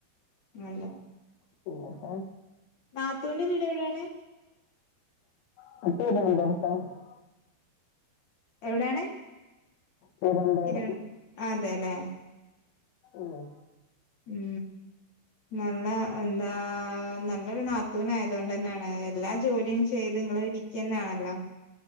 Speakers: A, on the left (about 55°); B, on the left (about 85°).
A: നല്ല
B: പിന്നെത്ത
A: നാത്തൂന്റെ വീടെവ്ടാണ്?
B: <unintelligible>
A: എവ്ടാണ്.
B: തിരുവനന്തപുരം
A: ഇരൺ. അതെലെ.
B: ഓഹ്.
A: ഉം നല്ല എന്താ നല്ലൊരു നാത്തൂനായതൊണ്ടെ ന്നെണ് എല്ലാ ജോലിം. ചെയ്ത്ങ്ങൾ ഇരിക്കന്നേണല്ലോ.